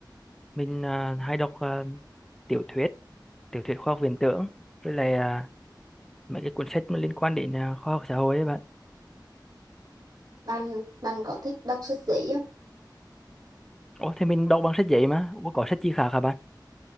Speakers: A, in the centre; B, on the right.
A: Mình ờ, hay đọc ờ, tiểu thuyết, tiểu thuyết khoa học viễn tưởng với lại ờ, mấy cái cuốn sách mà liên quan đến ờ, khoa học xã hội ấy bạn.
B: bạn bạn có thích đọc sách giấy không
A: Ủa thì mình đọc bằng sách giấy mà, Ủa có sách chi khác hả bạn?